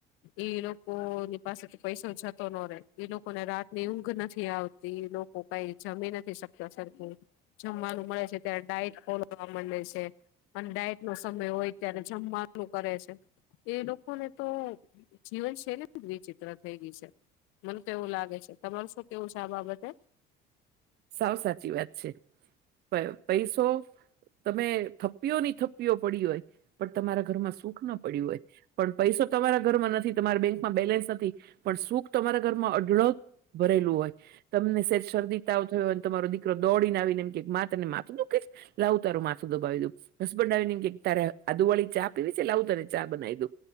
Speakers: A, on the left; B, on the right.
A: ઈ લોકો ની પાસે તો પૈસો જતો નો રે ઈ લોકોને રાત ની ઊંઘ નથી આવતી લો કો કઈ જમી નથી શકતા સરખુ. જમવાનું મળે છે ત્યારે ડાયટ ફોલો કરવા મંડે છે. અને ડાયટ નો સમય હોય ત્યારે જમવાનું કરે છે. એ લોકોને તો જીવનશૈલી જ વિચિત્ર થઈ ગઈ છે. મને તો એવું લાગે છે. તમારો શું કેવું છે, આ બાબતે?
B: સાવ સાચી વાત છે. પ પૈસો તમે થપ્પીયો ની થપ્પીયો પડી હોય પણ તમારા ઘરમાં સુખ ના પડ્યું હોય પણ પૈસો તમારા ઘરમાં નથી તમારી બેંકમાં બેલેન્સ નથી પણ સુખ તમારા ઘરમાં અઢળક ભરેલું હોય તમને શેજ શરદી તાવ થયો અને તમારો દીકરો દોડીને આવીને એમ મા તને માથું દુખાય છે લાવું તારું માથું દબાવી દું બસ બડ ડાઇનિંગ કે તારે અદુવાળી ચા પીવી છે એ લાવ તને ચા બનાઇ દઉં.